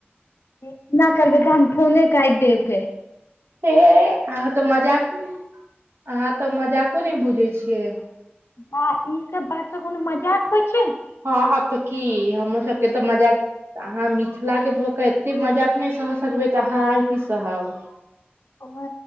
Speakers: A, on the left (about 85°); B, on the right (about 80°).
A: इना करबे तऽ हम फोने काइट देब गे
B: ऐ आ तऽ मजाको म अहाँ तऽ मजाको ने बुझै छियै
A: बा ई सब बात स कोनो मजाक होइ छै
B: हँ तऽ की हमर सबके तऽ मजाक तऽ अहाँ मिथिलाके भऽ कऽ एतेक मजाक नइ सह सकबै तऽ अहाँ आ की सहब
A: ओ